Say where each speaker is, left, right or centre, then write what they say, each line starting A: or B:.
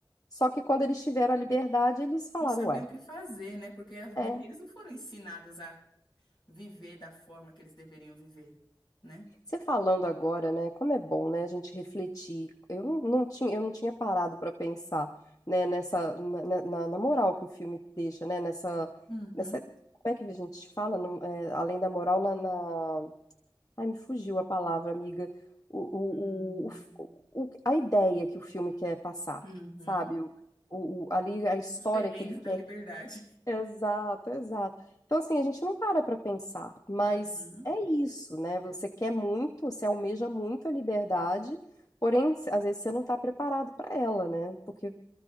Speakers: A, on the left; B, on the left.
A: só que quando eles tiveram a liberdade, eles falaram,
B: Não sabiam
A: ué.
B: o que fazer, né? Porque a vida-
A: É,
B: eles não foram ensinados a viver da forma que eles deveriam viver, né?
A: você falando agora, né, como é bom, né, a gente refletir. Eu não não tinha, eu não tinha parado para pensar, né, nessa na, na- na- na moral que o filme deixa, né, nessa
B: Uhum.
A: nessa como é que a gente fala, Não- é, além da moral na, na- ai, me fugiu a palavra, amiga. O,
B: Hum,
A: o, o, o- a ideia que o filme quer passar,
B: Uhum.
A: sabe? O, o, o- ali a história
B: Os perrengues
A: que ele quer
B: da liberdade.
A: Exato, exato. Então, assim, a gente não para para pensar, mas
B: Uhum.
A: é isso, né? Você quer muito, você almeja muito a liberdade, porém, às vezes você não está preparado para ela, né? Porque